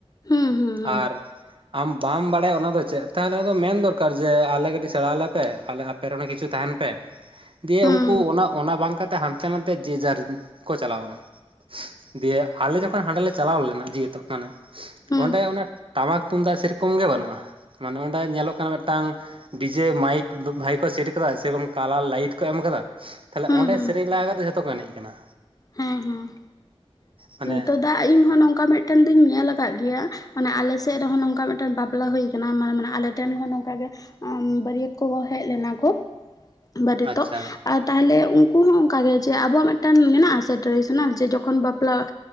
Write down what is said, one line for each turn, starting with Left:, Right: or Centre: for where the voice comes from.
Left: ᱦᱩᱸ ᱦᱩᱸ ᱦᱩᱸ
Right: ᱟᱨ ᱟᱢ ᱵᱟᱢ ᱵᱟᱲᱟᱭᱟ ᱚᱱᱟ ᱫᱚ ᱪᱮᱫ ᱛᱟᱦᱚᱞᱮ ᱚᱱᱟ ᱢᱮᱱ ᱫᱚᱨᱠᱟᱨ ᱡᱮ ᱟᱞᱮ ᱠᱟᱹᱴᱤᱡ ᱥᱮᱬᱟ ᱟᱞᱮᱯᱮ ᱟᱮ <unintelligible> ᱠᱤᱪᱷᱩ ᱛᱟᱦᱮᱱ ᱯᱮ ᱫᱤᱭᱮ
Left: ᱦᱩᱸ
Right: ᱩᱱᱠᱩ ᱚᱱᱟ ᱵᱟᱝ ᱠᱟᱛᱮ। ᱦᱟᱱᱛᱮ ᱱᱟᱛᱮ ᱡᱮ ᱡᱟᱨ ᱠᱚ ᱪᱟᱞᱟᱣ ᱮᱱᱟ᱾ ᱫᱤᱭᱮ ᱟᱞᱮ ᱡᱚᱠᱷᱚᱱ ᱦᱟᱸᱰᱮ ᱞᱮ ᱪᱟᱞᱟᱣ ᱞᱮᱱᱟ ᱡᱮᱦᱮᱛᱩ ᱢᱟᱱᱮ
Left: ᱦᱩᱸ
Right: ᱚᱸᱰᱮ ᱚᱱᱟ ᱴᱟᱢᱟᱠ ᱛᱩᱢᱫᱟᱜ ᱥᱮᱨᱚᱠᱚᱢ ᱜᱮ ᱵᱟᱹᱱᱩᱜᱼᱟ ᱢᱟᱱᱮ ᱚᱸᱰᱮ ᱧᱮᱞᱚᱜ ᱠᱟᱱᱟ ᱢᱤᱫᱴᱟᱝ ᱰᱤᱡᱮ ᱢᱟᱭᱤᱠ ᱵᱷᱟᱭᱤᱠ ᱥᱮᱴ ᱠᱟᱫᱟ ᱥᱮᱨᱚᱠᱚᱢ ᱠᱟᱞᱟᱨ ᱞᱟᱭᱤᱴ ᱠᱚ ᱮᱢ ᱠᱟᱫᱟ ᱛᱟᱦᱞᱮ
Left: ᱦᱩᱸ
Right: ᱚᱸᱰᱮ
Left: ᱦᱩᱸ
Right: ᱥᱮᱨᱮᱧ ᱞᱟᱜᱟ ᱠᱟᱛᱮ ᱡᱚᱛᱚ ᱠᱚ ᱮᱱᱮᱡ ᱠᱟᱱᱟ᱾
Left: ᱦᱮᱸ ᱦᱮᱸ
Right: ᱢᱟᱱᱮ
Left: ᱛᱚ ᱫᱟᱜ ᱤᱧ ᱦᱚᱸ ᱱᱚᱝᱠᱟ ᱢᱤᱫᱴᱮᱱ ᱫᱚᱩᱧ ᱧᱮᱞ ᱟᱠᱟᱫ ᱜᱮᱭᱟ ᱢᱟᱱᱮ ᱟᱞᱮᱥᱮᱫ ᱨᱮᱦᱚᱸ ᱱᱚᱝᱠᱟ ᱢᱤᱫᱴᱟᱝ ᱵᱟᱯᱞᱟ ᱦᱩᱭ ᱟᱱᱮ ᱟᱞᱮ ᱴᱷᱮᱱ ᱦᱚᱸ ᱱᱚᱝᱠᱟ ᱜᱮ ᱵᱟᱹᱨᱭᱟᱹᱛ ᱠᱚᱠᱚ ᱦᱮᱡ ᱞᱮᱱᱟ ᱠᱚ ᱵᱟᱨᱮᱛᱚᱜ
Right: ᱟᱪᱪᱷᱟ
Left: ᱟᱨ ᱛᱟᱦᱞᱮ ᱩᱱᱠᱩ ᱦᱚᱸ ᱚᱱᱠᱟᱜ ᱜᱮ ᱡᱮ ᱟᱵᱚᱣᱟᱜ ᱢᱤᱫᱴᱟᱝ ᱢᱮᱱᱟᱜᱼᱟ᱾ ᱥᱮ ᱴᱨᱟᱰᱤᱥᱚᱱᱟᱞ ᱡᱮ ᱡᱚᱠᱷᱚᱱ ᱵᱟᱯᱞᱟᱢ